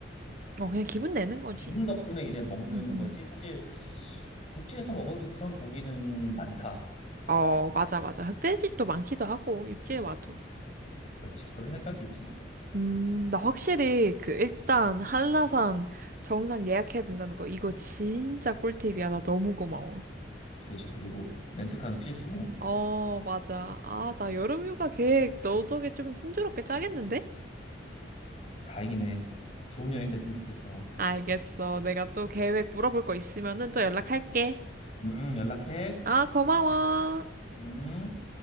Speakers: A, on the right; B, on the left.
A: 어, 그냥 기분 내는 거지.
B: 기분 덕분에 이제 먹는
A: 응, 응.
B: 거지. 사실 육지에서 먹어도 그런 고기는 많다.
A: 어, 맞아, 맞아. 흑돼지도 많기도 하고, 육지에 와도.
B: 그렇지. 그런 생각이 있지.
A: 음, 나 확실히 그 일단 한라산 정상 예약해야 된다는 거 이거 진짜 꿀팁이야. 나 너무 고마워.
B: 그치. 그리고 렌트카는 필수고.
A: 어, 맞아. 아, 나 여름휴가 계획 너 덕에 좀 순조롭게 짜겠는데?
B: 다행이네. 좋은 여행 됐으면 좋겠어.
A: 알겠어. 내가 또 계획 물어볼 거 있으면은 또 연락할게.
B: 음, 연락해.
A: 아, 고마워.
B: 음.